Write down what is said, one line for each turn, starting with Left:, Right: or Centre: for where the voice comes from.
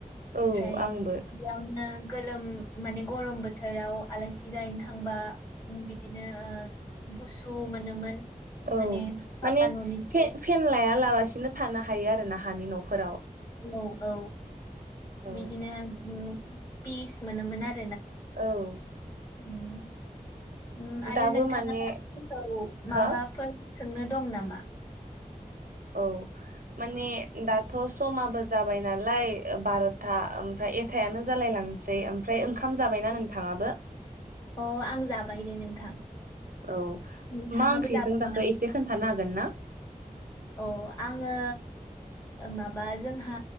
Right: औ
Left: ओमफ्राय
Right: आंबो
Left: बियावनो गोलोम माने गरम बोथोराव आलासि जाहैनो थांबा बिदिनो ओ गुसु मोनोमोन।
Right: औ
Left: माने पाका
Right: माने
Left: न'निफ्राय
Right: फेन फेन लायालाबसिनो थानो हायो आरो ना हानि न'फोराव
Left: औ औ
Right: औ
Left: बिदिनो उम पिस मोनोमोन आरो
Right: औ
Left: उम उम आरो
Right: दाबो
Left: नोंथाङा
Right: माने
Left: बैसागु माबाफोर
Right: हो
Left: सोंनो दं नामा?
Right: औ माने दाथ' समाबो जाबाय नालाय ओ बार'था ओमफ्राय एथायानो जालाय लांनोसै ओमफ्राय ओंखाम जाबायना नोंथाङाबो?
Left: अ आं जाबाय दे नोंथां।
Right: औ
Left: नोंथाङाबो
Right: मा ओंख्रिजों
Left: जाबाय
Right: जाखो
Left: ना
Right: एसे खोन्थानो हागोन ना?
Left: औ आङो ओ माबा जोंहा